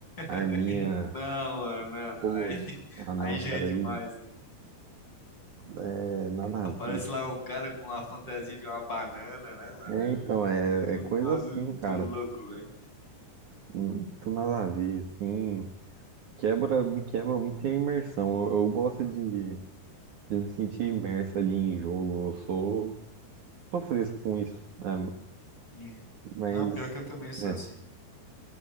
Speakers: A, on the right; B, on the left.
A: arminha
B: <laughs> Não, mano, não, não.
A: colorida.
B: Aí, <laughs>
A: Ah, não,
B: aí já
A: cara,
B: é demais.
A: aí
B: né?
A: é nada
B: Aparece
A: a ver. cara.
B: lá um cara com uma fantasia de uma banana, né, mano?
A: É,
B: Eu-
A: então,
B: eu-
A: é, é
B: Os
A: coisa
B: bagulho
A: assim,
B: muito
A: cara.
B: louco, velho.
A: muito nada a ver, assim, quebra, me quebra muito a imersão. Eu, eu gosto de, de me sentir imerso ali em jogo, eu sou, sou fresco com isso, né?
B: Sim.
A: Mas,
B: Não, pior que eu também sou
A: é,
B: assim.